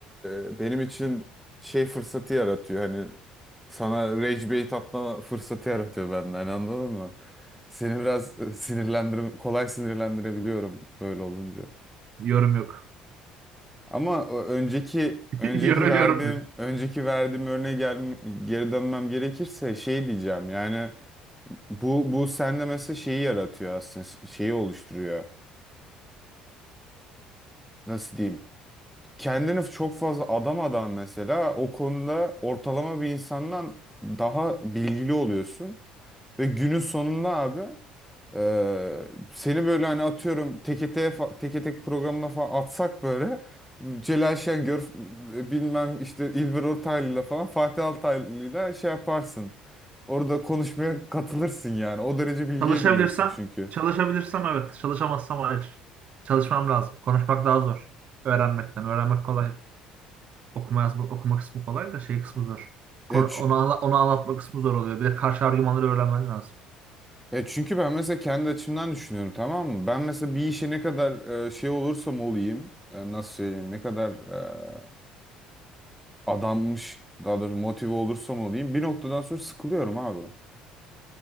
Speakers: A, in the centre; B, on the right (about 50°).
A: e, benim için şey fırsatı yaratıyor. Hani sana rage bait atma fırsatı yaratıyor benden hani anladın mı? Seni biraz sinirlendir kolay sinirlendirebiliyorum böyle olunca.
B: Yorum yok.
A: Ama o önceki
B: <laughs>
A: önceki
B: Yorum,
A: verdiğim
B: yorum yok.
A: önceki verdiğim örneğe gel, geri dönmem gerekirse şey diyeceğim. Yani bu bu sende mesela şeyi yaratıyor aslında şeyi oluşturuyor. nasıl diyeyim kendini çok fazla adamadan mesela o konuda ortalama bir insandan daha bilgili oluyorsun ve günün sonunda abi e, seni böyle hani atıyorum tekete teke tek programına falan atsak böyle Celal Şengör e, bilmem işte İlber Ortaylı'yla falan Fatih Altaylı'yla şey yaparsın. Orada konuşmaya katılırsın yani. O derece bilgi
B: Çalışabilirsem,
A: ediniyorsun çünkü.
B: çalışabilirsem evet. Çalışamazsam hayır. Çalışmam lazım. Konuşmak daha zor. Öğrenmekten. Öğrenmek kolay. Okuma yazma, okuma kısmı kolay da şey kısmı zor.
A: Ya,
B: Konu-
A: çü-
B: Onu, anla- onu anlatma kısmı zor oluyor. Bir de karşı argümanları öğrenmen lazım.
A: Ya çünkü ben mesela kendi açımdan düşünüyorum tamam mı? Ben mesela bir işe ne kadar e, şey olursam olayım, e, nasıl söyleyeyim, ne kadar e, adanmış, daha doğrusu motive olursam olayım bir noktadan sonra sıkılıyorum abi.